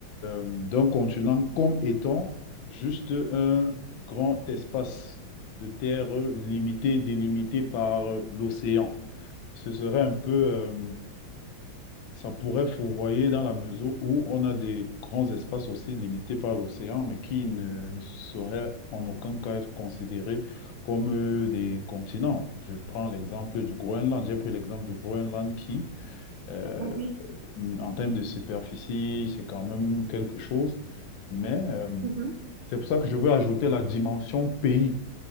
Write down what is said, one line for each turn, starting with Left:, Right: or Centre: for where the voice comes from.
Left: euh, d'un continent comme étant juste un grand espace de terre limité, délimité par euh, l'océan. Ce serait un peu... euh, Ça pourrait fourvoyer dans la mesure où on a des grands espaces aussi limités par l'océan, mais qui ne, ne sauraient en aucun cas être considérés comme euh, des continents. Je prends l'exemple du Groenland. J'ai pris l'exemple du Groenland qui, euh,
Right: Ah oui,
Left: en termes de superficie, c'est quand même quelque chose, mais euh,
Right: mhm.
Left: c'est pour ça que je veux ajouter la dimension pays.